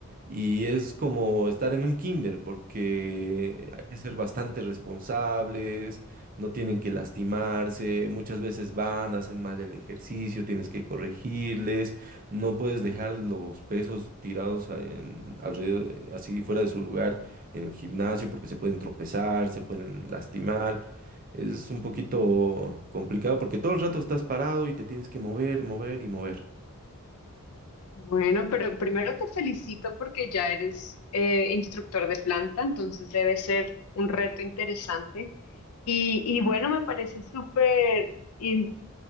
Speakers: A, on the right; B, on the left.
A: Y es como estar en un kinder porque hay que ser bastante responsables, no tienen que lastimarse, muchas veces van, hacen mal el ejercicio, tienes que corregirles. No puedes dejar los pesos tirados a- en- alrededor, eh, así fuera de su lugar en el gimnasio porque se pueden tropezar, se pueden lastimar. Es un poquito complicado porque todo el rato estás parado y te tienes que mover, mover y mover.
B: Bueno, pero primero te felicito porque ya eres eh, instructor de planta, entonces debe ser un reto interesante. Y, y bueno, me parece súper... in-